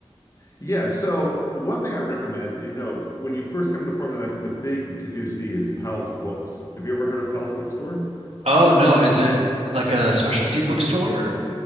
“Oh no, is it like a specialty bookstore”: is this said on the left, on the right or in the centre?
Right